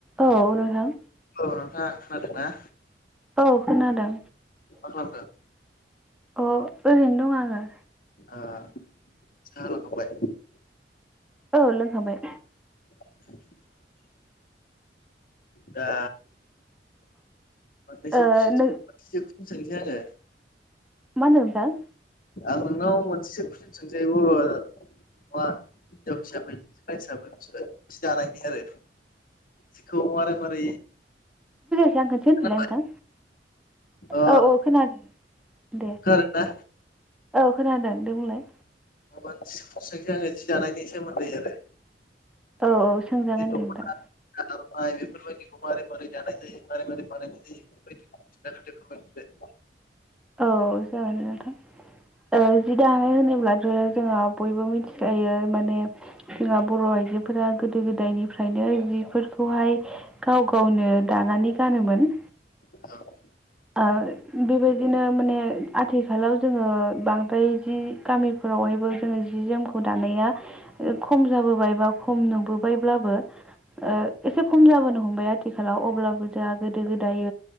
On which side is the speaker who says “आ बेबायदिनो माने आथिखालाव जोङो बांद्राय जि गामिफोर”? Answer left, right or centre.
Centre